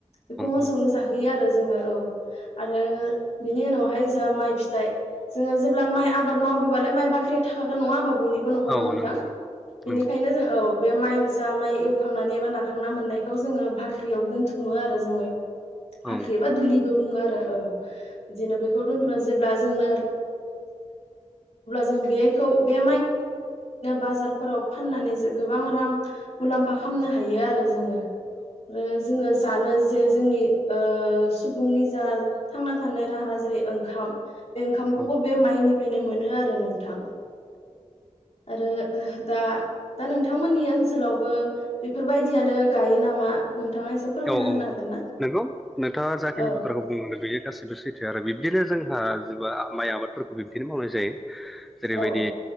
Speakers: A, on the left (about 60°); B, in the centre.
A: बेखौ मोसौनो
B: औ
A: जाहोयो आरो जोङो औ आरो बिनि उनावहाय जाों माइ फिथाइ जोङो जेब्ला माइ आबाद मावदोंबालाय माइ बाख्रिया थाखाागोन नङा होनोमबाब बयनिबो न'खराव
B: औ
A: नोंथां
B: नंगौ नंगौ
A: बेनिखायनो
B: नंगौ
A: जों औ बे माइ जा माइ एवखांनानै एबा नाखांना मोननायखौ जोङो बाख्रियाव दोनथुमो आरो जोङो फाख्रि
B: औ
A: एबा दुलिबो बुङो आरो औ बिदिनो बेखौ दोनथ'ना जेब्ला ग ज म ज बि बार फोराव फाननानै गोबां रां मुलाम्फा खालामनो हायो आरो जोङो जोङो जानो जे जोंनि सुबुंनि जा थांना थानाय राहा जेरै ओंखाम बे ओंखामखौबो
B: औ
A: बे माइनिफ्रायनो मोनो आरो नोंथां आरो दा दा नोंथांमोननि ओनसोलावबो बेफोरबायदियानो गायो नामा नोंथाङा एसे फोरमायना
B: औ औ
A: होनो हागोन ना?
B: नंगौ नोंथाङा जाखिनि
A: औ
B: बाथ्राखौ बुंगो बेयो गासिबो सैथो आरो बिब्दिनो जोंहा ज माइ आबादफोरखौ बिब्दिनो मावनाय जायो जेरैबायदि
A: औ